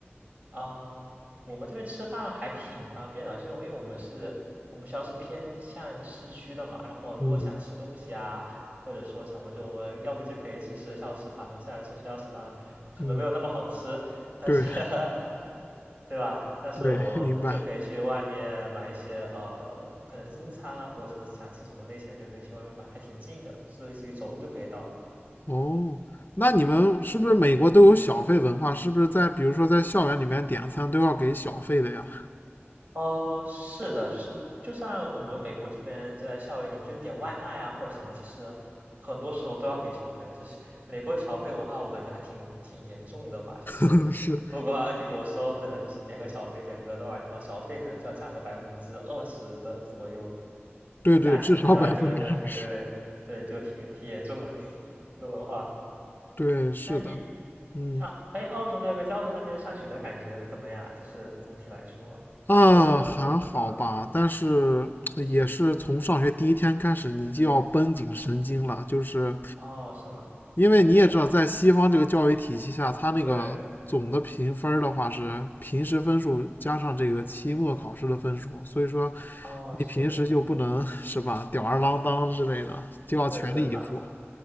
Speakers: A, on the right (about 35°); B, on the left (about 50°).
A: 啊、我们这边吃饭还挺方便的，就是我因为我们是，我们学校是偏向市区的嘛，然后如果想吃东西啊，
B: 嗯
A: 或者说什么，就我们要不就可以吃学校食堂嘛。虽然说学校食堂可能没有那么好吃，
B: 嗯，
A: 但是
B: 对
A: <laughs> 对吧？但是我可就可以去外面买一些呃，
B: 对，<laughs> 明白。
A: 可能中餐啊，或者说想吃什么类型的就可以去外面买，还挺近的，是类似于走路就可以到的。
B: 哦，那你们是不是美国都有小费文化？是不是在比如说在校园里面点餐都要给小费的呀？
A: 哦，是的，就是就算我们美国这边在校园里面就点外卖啊或者什么，其实很多时候都要给小费。就是美国小费文化，我感觉还挺挺严重的吧。就是不过有有时候可能就是点个小费，
B: <laughs> 是，
A: 点个多少，然后小费可能就要占个百分之二十的左右
B: 对对，
A: 的价钱，
B: 至少百分之二十。
A: 就还就还挺对对，就挺挺严重的这个文化。
B: 对，是的，
A: 那你，
B: 嗯
A: 那哎，澳洲那边在澳洲那边上学的感觉怎么样？就是总体来说，
B: 啊，
A: 因为我记得，
B: 还好吧，
A: 嗯，
B: 但是也是从上学第一天开始，你就要绷紧神经了，就是
A: 哦，是吗？
B: 因为你也知道，在西方这个教育体系下，它那个总的评分儿的话是平时分数加上这个期末考试的分数，
A: 对，
B: 所以说
A: 哦，
B: 你平时就不能是吧，
A: 是，
B: 吊儿郎当之类的，就要全力以赴
A: 是是，他